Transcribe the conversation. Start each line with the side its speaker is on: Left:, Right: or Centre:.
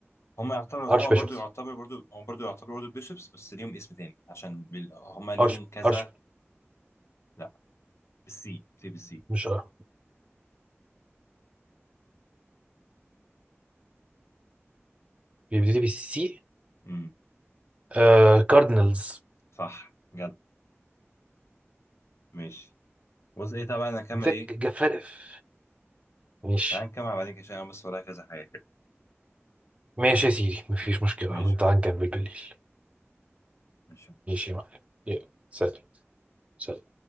Left: هم يعتبروا
Right: ارش
Left: هم
Right: بيشوبس
Left: برضو يعتبروا برضو هم برضو يعتبروا برضو البيشوبس بس ليهم اسم تاني عشان بال... هم ليهم
Right: ارش
Left: كذا
Right: ارش
Left: لا بالسي سي بالسي
Right: مش اه بيبتدي بالسي
Left: امم
Right: آه كاردينالز
Left: صح جد ماشي بص ايه طبعا انا اكمل
Right: ذك
Left: ايه
Right: جفارف ماشي
Left: تعال نكمل بعدين كده عشان أنا بس ورايا كذا حاجه كده
Right: ماشي يا سيدي مفيش مشكلة
Left: ماشي يا
Right: تعال
Left: حاج
Right: نكمل بالليل
Left: ماشي سلام.
Right: ماشي يا معلم يلا سلام سلام